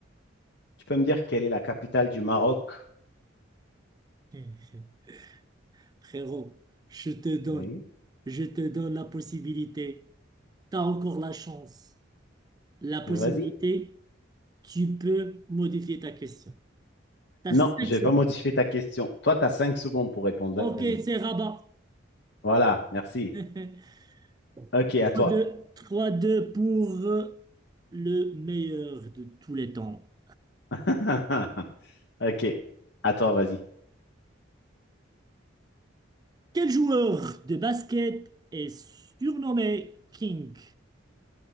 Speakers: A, on the left; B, on the right.
A: tu peux me dire quelle est la capitale du Maroc?
B: <laughs> Frérot, je te donne,
A: Oui,
B: je te donne la possibilité. T'as encore la chance. La possibilité,
A: mais vas-y.
B: tu peux modifier ta question. T'as
A: Non,
B: 5
A: je
B: secondes.
A: vais pas modifier ta question. Toi, tu as cinq secondes pour répondre.
B: Ok,
A: Vas-y.
B: c'est Rabat.
A: Voilà, merci.
B: <laughs>
A: OK, à
B: Trois
A: toi.
B: deux, trois deux pour euh, le meilleur de tous les temps.
A: <laughs> OK, à toi, vas-y.
B: Quel joueur de basket est surnommé King?